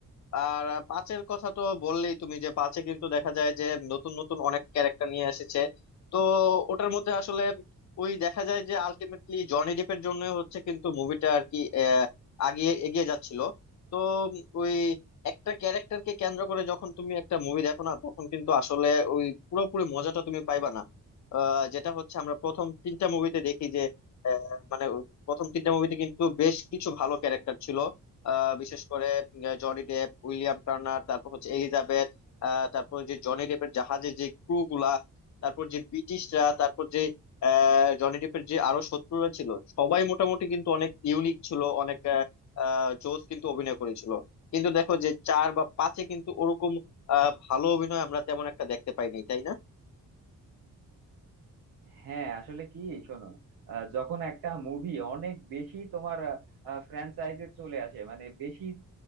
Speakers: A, on the left; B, on the right.
A: আর পাঁচের কথা তো বললেই তুমি যে পাঁচে কিন্তু দেখা যায় যে নতুন নতুন অনেক ক্যারেক্টার নিয়ে এসেছে তো ওটার মধ্যে আসলে ওই দেখা যায় যে আলটিমেটলি জনি ডেপের জন্য হচ্ছে কিন্তু মুভিটা আর কি আহ, আগিয়ে এগিয়ে যাচ্ছিল তো ওই একটা ক্যারেক্টারকে কেন্দ্র করে যখন তুমি একটা মুভি দেখো না তখন কিন্তু আসলে ওই পুরোপুরি মজাটা তুমি পাইবা না আহ, যেটা হচ্ছে আমরা প্রথম তিনটা মুভিতে দেখি যে আহ, মানে প্রথম তিনটা মুভিতে কিন্তু বেশ কিছু ভালো ক্যারেক্টার ছিল আহ, বিশেষ করে আহ, জনি ডেপ উইলিয়াম টার্নার তারপর হচ্ছে এলিজাবেথ আহ, তারপর যে জনি ডেপের জাহাজের যে ক্রু গুলা তারপর যে ব্রিটিশরা তারপর যে আহ, জনি ডেপের যে আরো শত্রুরা ছিল সবাই মোটামুটি কিন্তু অনেক ইউনিক ছিল অনেক আহ, আহ, জোস কিন্তু অভিনয় করেছিল কিন্তু দেখো যে চার বা পাঁচে কিন্তু ওরকম আহ, ভালো অভিনয় আমরা তেমন একটা দেখতে পাইনি তাই না
B: হ্যাঁ আসলে কি শোনো আহ, যখন একটা মুভি অনেক বেশি তোমার ফ্র্যাঞ্চাইজে চলে আসে মানে বেশি